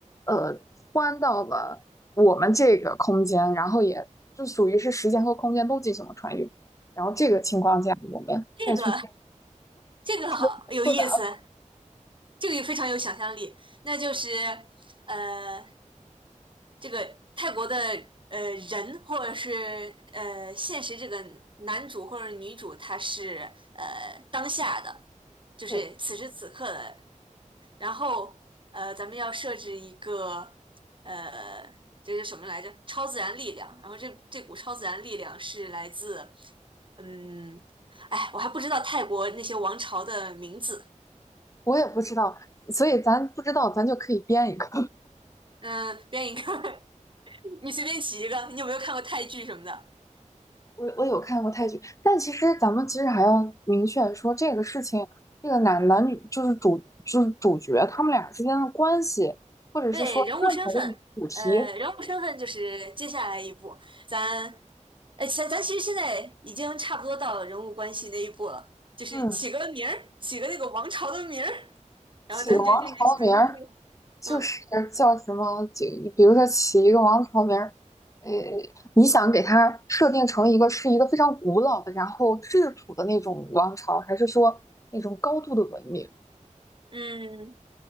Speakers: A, on the left; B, on the right.
A: 呃穿到了我们这个空间，然后也就属于是时间和空间都进行了穿越。然后这个情况下，我们再去展
B: 这个这个好有意思，
A: 示复杂了。
B: 这个也非常有想象力。那就是呃，这个泰国的呃人或者是呃现实这个男主或者女主，他是呃当下的，就是此时此刻的。
A: 对，
B: 然后呃，咱们要设置一个呃，这是什么来着？超自然力量。然后这这股超自然力量是来自嗯，哎，我还不知道泰国那些王朝的名字。
A: 我也不知道，所以咱不知道，咱就可以编一个。
B: 嗯、编一个，<laughs> 你随便起一个。你有没有看过泰剧什么的？
A: 我我有看过泰剧，但其实咱们其实还要明确说这个事情，这个男男女就是主就是主角他们俩之间的关系，或者是说任何的主题，
B: 对，人物身份，呃，人物身份就是接下来一步，咱，呃，咱咱其实现在已经差不多到了人物关系那一步了，就是起个名儿，
A: 嗯，
B: 起个那个王朝的名儿，然后咱就进行下一步。
A: 起个王朝名儿，就是叫什么，
B: 嗯
A: 就比如说起一个王朝名儿，诶，你想给它设定成一个是一个非常古老的，然后质朴的那种王朝，还是说那种高度的文明
B: 嗯，